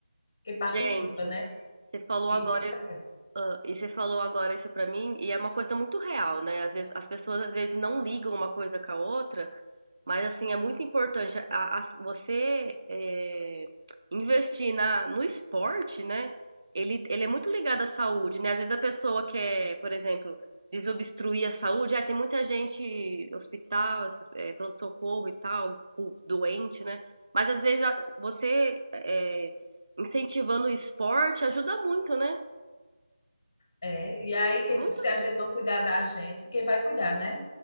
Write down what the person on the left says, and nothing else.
que participa,
né?
E
fisicamente.
É, e aí, quem,
se a
gente não cuidar da gente, quem vai cuidar, né?